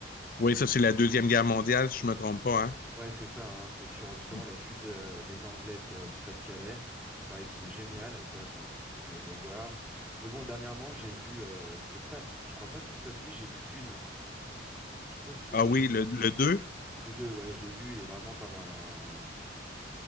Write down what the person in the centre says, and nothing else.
Ouais, c'est ça, hein, c'est sur justement
la fuite euh, des Anglais euh, du Pas-de-Calais. Il paraît qu'il est génial, et ça, faut, faut que j'aille le voir. Mais bon, dernièrement, j'ai vu, euh, c'était pas, je crois pas que ce soit de lui, j'ai vu Dune. Je sais pas si c'est
de
lui.
Le 2, ouais, je l'ai vu, il est vraiment pas mal. hein,